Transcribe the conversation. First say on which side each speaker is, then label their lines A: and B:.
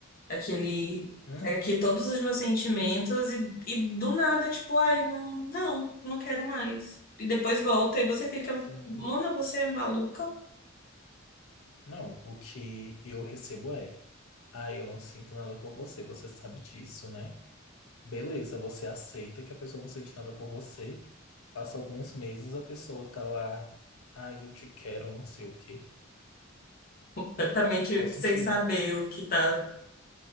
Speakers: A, on the left; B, on the left.
A: Aquele.
B: Uhum,
A: Pega aqui todos os meus sentimentos e, e do nada, tipo, ai, não, não, não quero mais. E depois volta e você fica,
B: sim.
A: Mona, você é maluca?
B: Não, o que eu recebo é: ah, eu não sinto nada por você, você sabe disso, né? Beleza, você aceita que a pessoa não sente nada por você. Passa alguns meses, a pessoa tá lá. Ai, eu te quero, não sei o quê.
A: completamente
B: Qual o sentido?
A: sem saber o que tá,